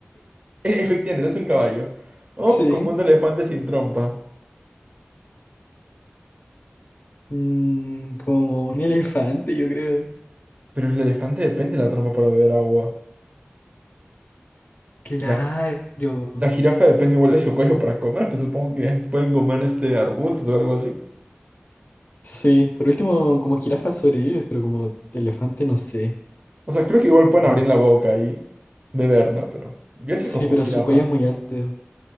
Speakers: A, on the right; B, on the left.
A: <laughs> E- Efectivamente, eres un caballo. O
B: Sí.
A: como un elefante sin trompa.
B: Mm, como un elefante, yo creo.
A: Pero el elefante depende de la trompa para beber agua.
B: Claro.
A: Y la, la jirafa depende igual de su cuello para comer, pero supongo que <laughs> pueden comer este arbustos o algo así.
B: Sí. Por último, como jirafa sobrevives, pero como elefante no sé.
A: O sea, creo que igual pueden
B: Mm.
A: abrir la boca y beber, ¿no? Pero yo sí
B: Sí,
A: cojo
B: pero
A: jirafa.
B: su cuello es muy alto.